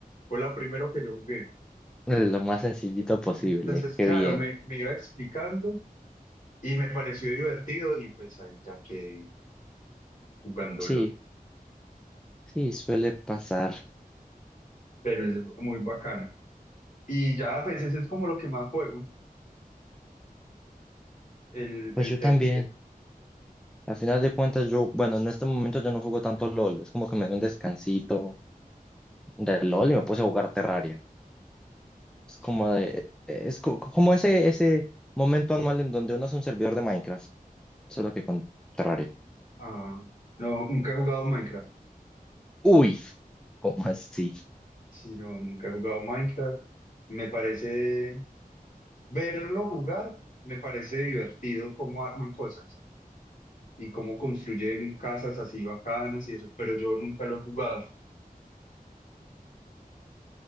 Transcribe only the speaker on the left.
Fue la primero que yo jugué.
Y entonces,
claro,
me, me iba explicando y me pareció divertido y pues ahí ya quedé jugando
LOL.
Pero es muy bacano. Y ya, pues ese es como lo que más juego, el,
el
TFT.
Sí.
Ah, no, nunca he jugado Minecraft.
Sí, no, nunca he jugado Minecraft. Me parece, verlo jugar, me parece divertido cómo arman cosas. y cómo construyen casas así bacanas y eso, pero yo nunca lo he jugado.